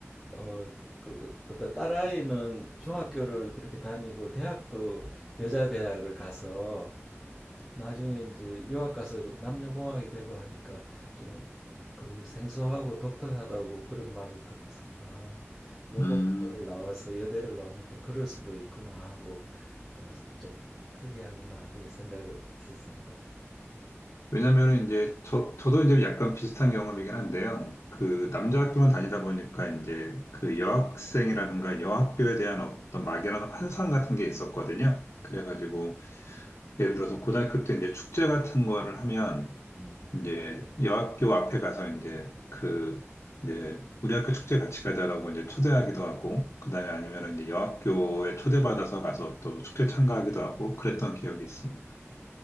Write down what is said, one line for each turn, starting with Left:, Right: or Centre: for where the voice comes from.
Centre: 어, 그, 어떤 딸아이는 중학교를 그렇게 다니고, 대학도 여자 대학을 가서, 나중에 이제 유학 가서 그 남녀공학이 되고 하니까 좀 그 생소하고 독특하다고 그런 말을 듣고서는, 아, 여고를
Left: 음,
Centre: 나와서 여대를 나오면 또 그럴 수도 있구나 하고, 어, 좀 특이하구나, 그런 생각을 했었습니다.
Left: 왜냐면은 이제 저, 저도 이제 약간 비슷한 경험이긴 한데요. 그 남자 학교만 다니다 보니까 이제 그 여학생이라든가 여학교에 대한 어떤 막연한 환상 같은 게 있었거든요. 그래가지고 예를 들어서 고등학교 때 이제 축제 같은 거를 하면
Centre: 음.
Left: 이제 여학교 앞에 가서 이제 그 이제 우리 학교 축제 같이 가자라고 이제 초대하기도 하고 그다음에 아니면은 이제 여학교에 초대받아서 가서 또 축제 참가하기도 하고 그랬던 기억이 있습니다.